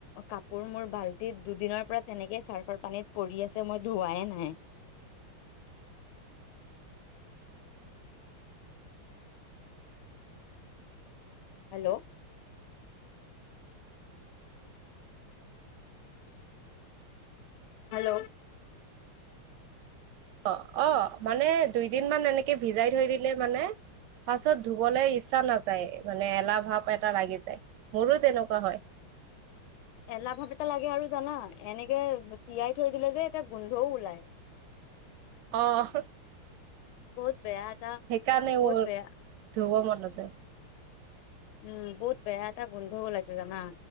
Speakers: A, on the left; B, on the right.
A: কাপোৰ মোৰ বাল্টিত দুদিনৰ পৰা। তেনেকে চাৰ্ফাৰ পানীত পৰি আছে মই ধুৱাই নাই। হেল্ল'। হেল্ল'।
B: অ অ মানে দুইদিন মান এনেকে ভিজাই থৈ দিলে মানে পাছত ধুবলৈ ইচ্ছা নাযায় মানে এলাহ ভাৱ এটা লাগি যায় মোৰো তেনেকুৱা হয়।
A: <inaudible> এলাহ ভাৱ এটা লাগে আৰু জানা এনেকে তিয়াই থৈ দিলে যে এটা গোন্ধও ওলাই।
B: আহ।
A: বহুত বেয়া। এটা
B: সেইকাৰণে
A: বহুত বেয়া
B: ধুৱ মন নাযায়।
A: উম বহুত বেয়া এটা গোন্ধ ওলাই আছে জানা?